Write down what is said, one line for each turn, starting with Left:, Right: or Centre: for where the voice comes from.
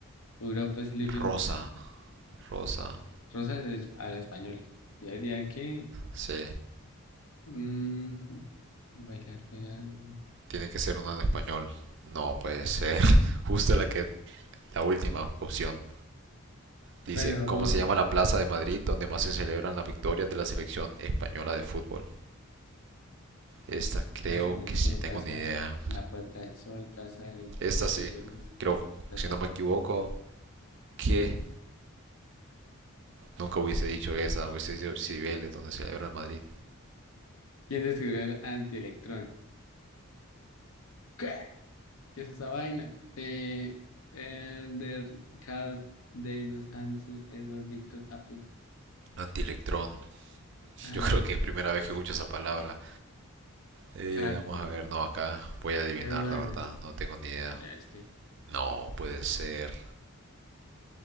Left: Europa is living.
Right: Rosa, Rosa.
Left: Rosa es- habla español. Yo diría que.
Right: Sí,
Left: mm, bailar pegado.
Right: tiene que ser una en español. No puede ser. <laughs> Justo la que La última opción dice,
Left: Bueno,
Right: ¿cómo
Left: no.
Right: se llama la plaza de Madrid donde más se celebran las victorias de la selección española de fútbol? Esta creo
Left: Plaza de Neptuno,
Right: que sí tengo
Left: Plaza
Right: ni idea.
Left: La Puerta del Sol, Plaza de
Right: Esta sí,
Left: Liberos,
Right: creo,
Left: Plaza
Right: si no
Left: de
Right: me
Left: Colón.
Right: equivoco, que nunca hubiese dicho esa, hubiese dicho Cibeles, donde celebra el Madrid.
Left: ¿Quién descubrió el antielectrón? ¿Qué? ¿Qué es esa vaina? Eh, Elder Carl Davis Anderson, Edward Victor Apple,
Right: Antielectrón,
Left: Al
Right: yo creo que es primera vez que escucho esa palabra. Eh,
Left: Carl
Right: vamos a ver, no, acá voy a adivinar,
Left: Edward
Right: la
Left: Ernest.
Right: verdad, no tengo ni idea.
Left: Ahora este.
Right: No, puede ser.